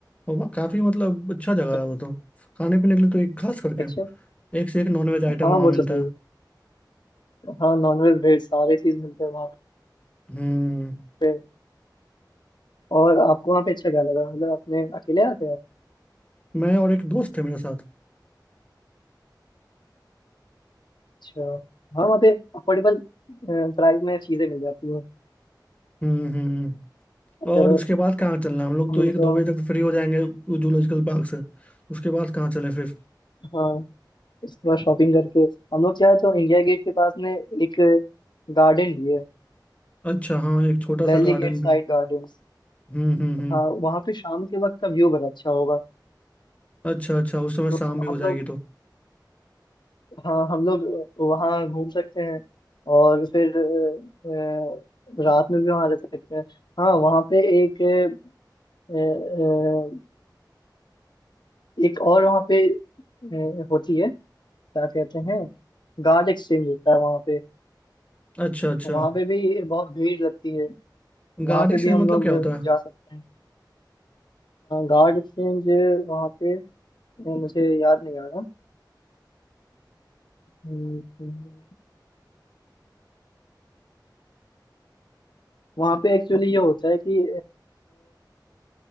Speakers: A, on the left (about 20°); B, on the left (about 70°).
A: और वह काफी मतलब अच्छा जगह
B: अ-
A: है वो तो खाने पीने के लिए तो एक खास करके
B: अच्छा
A: एक से एक नॉनवेज आइटम
B: हाँ
A: वहाँ
B: वो
A: मिलता
B: तो सही
A: है
B: है हाँ नॉनवेज वेज सारे चीज मिलते हैं वहाँ
A: हम्म
B: पे और आपको वहाँ पे अच्छा क्या लगा मतलब आपने अकेले आते हो आप?
A: मैं और एक दोस्त थे मेरे साथ
B: अच्छा हाँ वहाँ पे अफोर्डेबल प्राइस में चीजें मिल जाती हैं
A: हम्म हम्म
B: अगर
A: और उसके बाद कहाँ चलना है? हम लोग
B: हम
A: तो
B: लोग
A: एक दो
B: को
A: बजे तक फ्री हो जाएंगे वो जूलॉजिकल पार्क से उसके बाद कहाँ चलें फिर
B: हाँ उसके बाद शॉपिंग करके हम लोग क्या है तो इंडिया गेट के पास में एक गार्डन भी है
A: अच्छा हाँ एक छोटा सा
B: दिल्ली
A: गार्डन
B: गेट साइड
A: भी
B: गार्डन
A: हम्म हम्म हम्म
B: हाँ वहाँ पे शाम के वक्त का व्यू बड़ा अच्छा होगा
A: अच्छा अच्छा उस समय
B: तो
A: शाम भी हो
B: हम
A: जाएगी
B: लोग
A: तो
B: हाँ हम लोग वहाँ घूम सकते हैं और फिर अ, अ, रात में भी वहाँ रह सकते हैं हाँ वहाँ पे एक अ, अ, एक और वहाँ पे अ, होती है क्या कहते हैं गार्ड एक्सचेंज होता है वहाँ पे
A: अच्छा अच्छा
B: वहाँ पे भी बहुत भीड़ लगती है वहाँ
A: गार्डन
B: पे भी
A: से
B: हम
A: मतलब
B: लोग
A: क्या होता है
B: जा सकते हैं गार्ड एक्सचेंज वहाँ पे अ, मुझे याद नहीं आ रहा हम्म, हम्म। हम्म। वहाँ पे एक्चुअली ये होता है कि